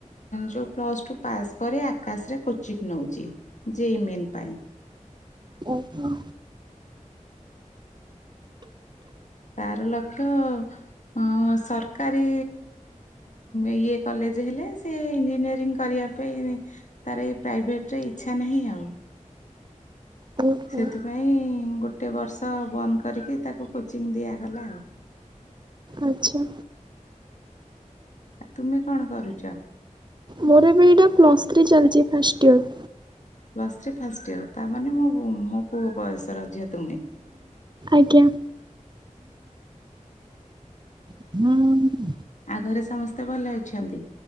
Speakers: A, on the left; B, on the right.
A: ଯୋଉ ପ୍ଲସ୍ ଟୁ ପାସ୍ କରି ଆକାଶରେ କୋଚିଂ ନଉଛି ଯେ ଇ ମେନ୍ ପାଇଁ।
B: ଓହ।
A: ତାର ଲକ୍ଷ ହଁ ସରକାରୀ ଇଏ କଲେଜ ହେଲେ ସିଏ ଇଞ୍ଜିନିୟରିଂ କରିବା ପାଇଁ ତାର ଏଇ ପ୍ରାଇଭେଟରେ ଇଚ୍ଛା ନାହିଁ ଆଉ।
B: ଓହୋ
A: ସେଥିପାଇଁ ଗୋଟେ ବର୍ଷ ବନ୍ଦ କରିକି ତାକୁ କୋଚିଂ ଦିଆଗଲା ଆଉ
B: ଆଚ୍ଛା।
A: ଆଉ ତୁମେ କଣ କରୁଛ?
B: ମୋର ଏବେ ଏଇଟା ପ୍ଲସ୍ ଥ୍ରୀ ଚାଲିଛି ଫାଷ୍ଟ ଇଅର।
A: ପ୍ଲସ୍ର ଥ୍ରି ଫାଷ୍ଟ ଇଅର ତାମାନେ ମୁ ମୋ ପୁଅ ବୟସର ଝିଅ। ତୁମେ।
B: ଆଜ୍ଞା। ହୁଁ।
A: ଆଉ ଘରେ ସମସ୍ତେ ଭଲ ଅଛନ୍ତି?